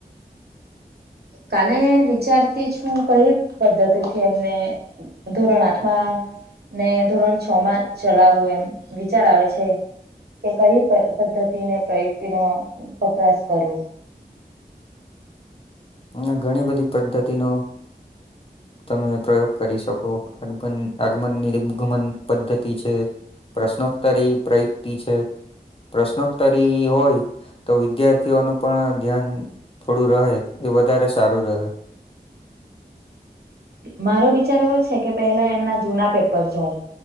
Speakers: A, on the right (about 75°); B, on the left (about 35°).
A: કાલે વિચારતી છું કઈ પદ્ધતિથી એમને ધોરણ આઠમાં ને ધોરણ છ માં ચલાવવું એમ વિચાર આવે છે. કે કઈ પદ્ધતિને પ્રયુક્તિ નો વપરાશ કરું.
B: હ ઘણી બધી પદ્ધતિ નો
A: <inaudible>
B: તમે પ્રયોગ કરી શકો આગન આગમનનીગમન પદ્ધતિ છે. પ્રશ્નોત્તર એ પ્રયુક્તિ છે. પ્રશ્નોત્તરી હોય તો વિદ્યાર્થીઓનું પણ ધ્યાન થોડું રહે. એ વધારે સારું રહે.
A: મારો વિચાર એવો છે કે પેલા એમના જૂના પેપર જોવ.